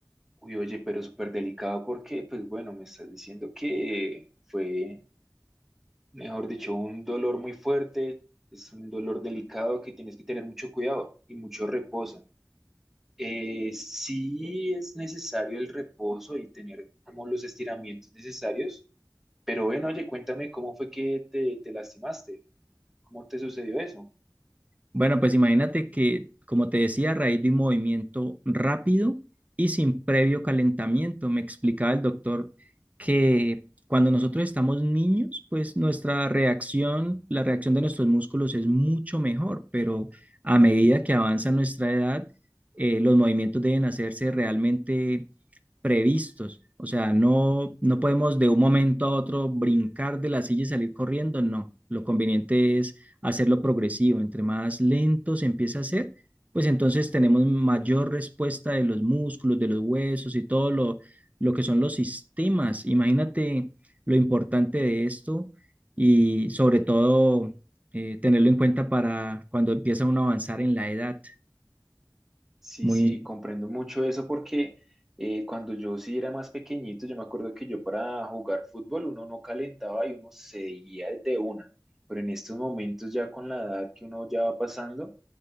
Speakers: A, in the centre; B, on the right.
A: Uy, oye, pero súper delicado porque, pues bueno, me estás diciendo que fue, mejor dicho, un dolor muy fuerte, es un dolor delicado que tienes que tener mucho cuidado y mucho reposo. Eh, sí es necesario el reposo y tener como los estiramientos necesarios, pero bueno, oye, cuéntame cómo fue que te, te lastimaste, cómo te sucedió eso.
B: Bueno, pues imagínate que, como te decía, a raíz de un movimiento rápido y sin previo calentamiento, me explicaba el doctor que cuando nosotros estamos niños, pues nuestra reacción, la reacción de nuestros músculos es mucho mejor, pero a medida que avanza nuestra edad, eh, los movimientos deben hacerse realmente previstos. O sea, no, no podemos de un momento a otro brincar de la silla y salir corriendo, no. Lo conveniente es hacerlo progresivo. Entre más lento se empieza a hacer, pues entonces tenemos mayor respuesta de los músculos, de los huesos y todo lo, lo que son los sistemas. Imagínate lo importante de esto y sobre todo eh, tenerlo en cuenta para cuando empieza uno a avanzar en la edad.
A: Sí,
B: Muy
A: sí, comprendo mucho eso porque eh, cuando yo sí era más pequeñito, yo me acuerdo que yo para jugar fútbol uno no calentaba y uno seguía de una, pero en estos momentos ya con la edad que uno ya va pasando,